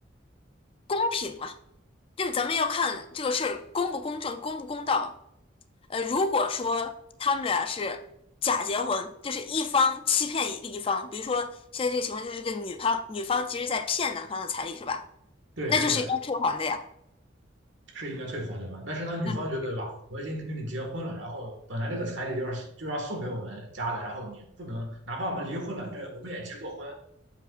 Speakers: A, on the left; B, on the right.
A: 公平嘛，就是咱们要看这个事儿公不公正、公不公道。呃，如果说他们俩是假结婚，就是一方欺骗另一方，比如说现在这个情况就是这个女方女方其实在骗男方的彩礼是吧？
B: 对，
A: 那就是应该退还的呀。
B: 是的。是应该退还的吧？但是当女方觉得吧，
A: 嗯。
B: 我已经跟你结婚了，然后本来这个彩礼就是就要送给我们家的，然后你不能，哪怕我们离婚了，这我们也结过婚，